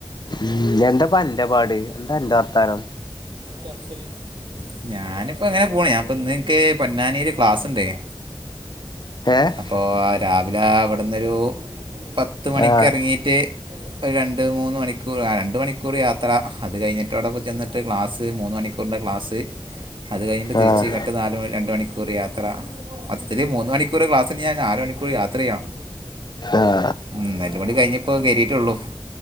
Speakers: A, on the left; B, on the right.
A: ഉംഎന്താപന്റെ പാട് എന്താ അന്റെവർത്താനം
B: പസ്സിൽ ഞാന്പ്പോ അങ്ങനെപോണ് ഞാപ്പന്ന്ൻക്ക് പൊന്നാനില് ക്ലാസ്ണ്ടേന്
A: ഏഹ്
B: ഇപ്പോ രാവിലാ ഇവിടുന്നൊരു പത്ത് മണിക്ക്
A: ആഹ്
B: എറങ്ങീറ്റ് ഒരു രണ്ട് മൂന്ന് മണിക്കൂർ ആരണ്ട് മണിക്കൂർ യാത്ര അത് കഴിഞ്ഞിട്ടവടെ ചെന്ന്ട്ട് ക്ലാസ് മൂന്ന് മണിക്കൂറിൻ്റെ ക്ലാസ് അത് കഴിഞ്ഞിട്ട് തിരിച്ച്
A: ആഹ്
B: ഇങ്ങ ട്ട് നാല് മ രണ്ട് മണിക്കൂർ യാത്ര മൊത്തത്തില്മൂന്ന് മണിക്കൂർ ക്ലാസ്ന് ഞാൻ നാല് മണിക്കൂർ യാത്രയ്യണം
A: ആഹ്
B: ഉം അര്പട്കഴിഞ്ഞ്പ്പോ കേറിറ്റൊള്ളു